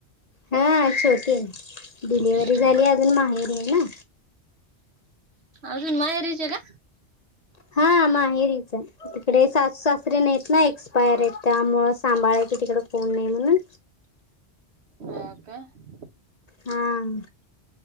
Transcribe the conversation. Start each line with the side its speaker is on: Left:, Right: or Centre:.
Left: हा छोटे डिलिव्हरी
Right: हम्म.
Left: झाली अजून माहेरी आहे ना
Right: अजून माया रिजला
Left: हा माहेरीच आहे तिकडे सासू सासरीे नाहीेत ना एक बायर य त्यामुळ सांभाळायचं तिकड कोण नाही म्हणून
Right: का का
Left: हम्